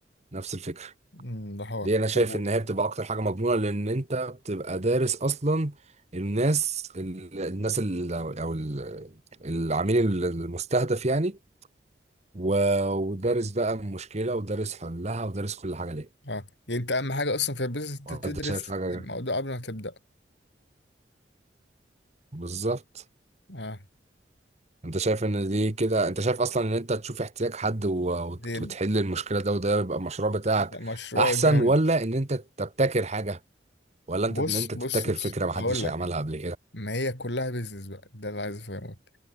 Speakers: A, on the right (about 40°); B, on the left (about 65°).
A: نفس الفكرة
B: مم، ده حوار
A: دي انا شايف
B: طب و-
A: ان هي بتبقى اكتر حاجه مضمونه لان انت بتبقى دارس اصلا الناس ال- الناس ال- او ال- العميل المستهدف يعني و- ودارس بقى المشكله ودارس حلها ودارس كل حاجه ليه
B: اه يعني انت اهم حاجه اصلا في البيزنس انت تدرس
A: انت شايف حاجه
B: الموضوع قبل ما تبدا
A: بالظبط
B: اه
A: انت شايف ان دي كده انت شايف اصلا ان انت تشوف احتياج حد و- وت-
B: دي
A: وتحل المشكله ده وده يبقى المشروع بتاعك
B: ده مشروع
A: احسن
B: جامد
A: ولا ان انت تبتكر حاجه ولا
B: بص
A: انت ان انت
B: بص
A: تبتكر
B: بص
A: فكره محدش
B: اقول لك
A: عملها قبل
B: ما هي كلها بيزنس بقى ده اللي عايز افهمه